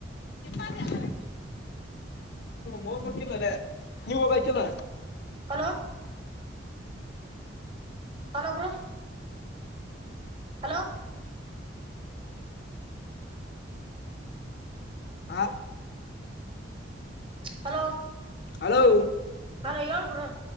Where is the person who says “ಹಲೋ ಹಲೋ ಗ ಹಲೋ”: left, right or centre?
Right